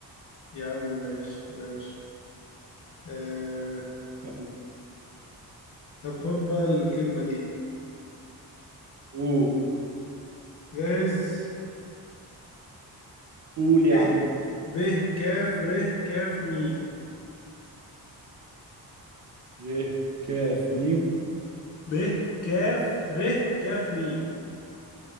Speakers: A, on the left; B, on the right.
A: يا عم ماشي ماشي اه...
B: يلا.
A: طب خد بقى الكلمة دي
B: قول
A: جاهز
B: قول
A: ب
B: يا عم
A: ب كاف ر كاف مي
B: ر ك م
A: ب كاف ر كاف مي